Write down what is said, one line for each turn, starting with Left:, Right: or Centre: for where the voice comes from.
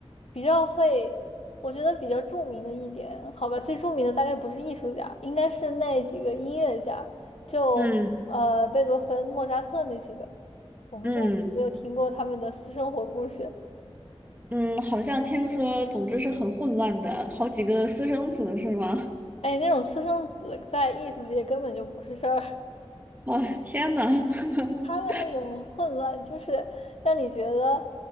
Left: 比较会，我觉得比较著名的一点，好吧，最著名的大概不是艺术家，应该是那几个音乐家，就呃贝多芬、
Right: 嗯
Left: 莫扎特那几个，我不知道有没有听过他们的私生活故事，
Right: 嗯嗯，好像听说，总之是很混乱的，好几个私生子是吗？
Left: 哎，那种私生子在艺术界根本就不是事儿。
Right: <laughs> 哇，天呐，<laughs>
Left: 他们那种混乱，就是让你觉得